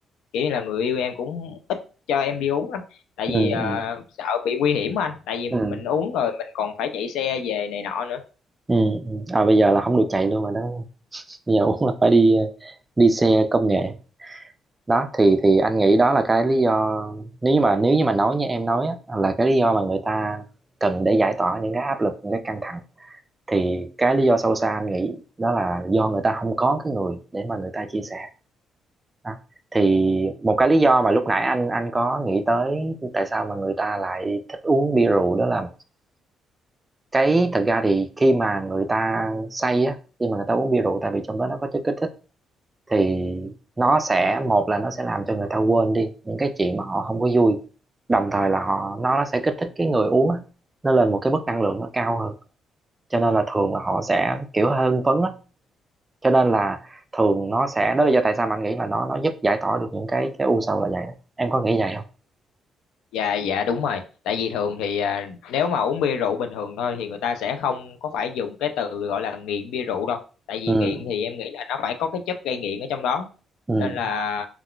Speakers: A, on the left (about 85°); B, on the right (about 20°).
A: kiểu như là người yêu em cũng ít cho em đi uống lắm, tại
B: ừ
A: vì ờ,
B: ừ
A: sợ bị nguy hiểm anh, tại vì mình
B: ừ
A: uống rồi mình còn phải chạy xe về này nọ nữa.
B: ừ ừ. à bây giờ là không được chạy luôn rồi đó bây giờ uống là phải đi đi xe công nghệ đó thì thì anh nghĩ đó là cái lý do nếu như mà nếu như mà nói như em nói á, là cái lý do mà người ta cần để giải tỏa những cái áp lực những cái căng thẳng thì cái lý do sâu xa anh nghĩ đó là do người ta không có cái người để mà người ta chia sẻ đó. thì một cái lý do mà lúc nãy anh anh có nghĩ tới tại sao mà người ta lại thích uống bia rượu đó là cái thật ra thì khi mà người ta say á khi mà người ta uống bia rượu tại vì trong đó nó có chất kích thích thì nó sẽ một là nó sẽ làm cho người ta quên đi những cái chuyện mà họ không có vui đồng thời là họ nó nó sẽ kích thích cái người uống á nó lên một cái mức năng lượng nó cao hơn cho nên là thường là họ sẽ kiểu hơi hưng phấn á cho nên là thường nó sẽ đó là lý do tại sao mà anh nghĩ là nó nó giúp giải tỏa được những cái cái u sầu là vậy đó. em có nghĩ vậy không
A: dạ dạ đúng rồi tại vì thường thì à, nếu mà uống bia rượu bình thường thôi thì người ta sẽ không có phải dùng cái từ gọi là nghiện bia rượu đâu tại vì
B: ừ
A: nghiện thì em nghĩ là nó phải có cái chất gây nghiện ở trong đó
B: ừ
A: nên là